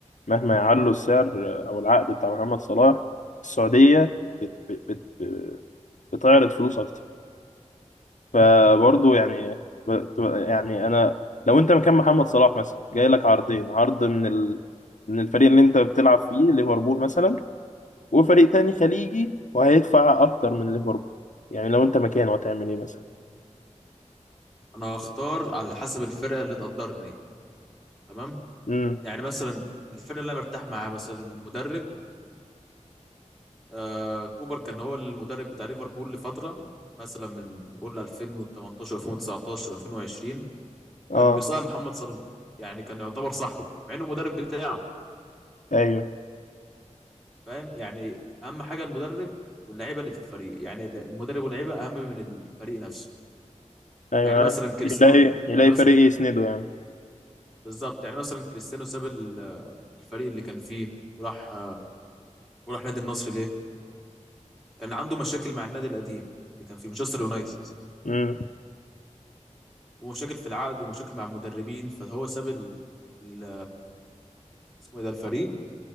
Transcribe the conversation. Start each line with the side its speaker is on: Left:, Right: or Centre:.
Left: مهما يعلوا السعر او العقد بتاع محمد صلاح السعودية بت... بت... بت... بتعرض فلوس اكتر فبرضه يعني ب- يعني انا لو انت مكان محمد صلاح مثلا جاي لك عرضين عرض من ال... من الفريق اللي انت بتلعب فيه ليفربول مثلا وفريق تاني خليجي وهيدفع اكتر من ليفربول يعني لو انت مكانه هتعمل ايه مثلا
Centre: انا هختار على حسب الفرقه اللي تقدرني تمام
Left: امم
Centre: يعني مثلا الفرقه اللي انا مرتاح معاها مثلا المدرب آه كوبر كان هو المدرب بتاع ليفربول لفتره مثلا من قول 2018 2019 2020
Left: اه
Centre: كان بيصاحب محمد صلاح يعني كان يعتبر صاحبه مع انه المدرب بتاعه
Left: ايوه
Centre: فاهم يعني اهم حاجه المدرب واللعيبه اللي في الفريق يعني المدرب واللعيبه اهم من الفريق نفسه
Left: ايوه
Centre: يعني مثلا كريستيانو
Left: يلاقي يلاقي
Centre: يعني مثلا
Left: فريق يسنده يعني
Centre: بالظبط يعني مثلا كريستيانو ساب ال- الفريق اللي كان فيه وراح وراح نادي النصر ليه؟ كان عنده مشاكل مع النادي القديم اللي كان في مانشستر يونايتد
Left: امم
Centre: ومشاكل في العقد ومشاكل مع المدربين فهو ساب ال... ال... اسمه ايه ده الفريق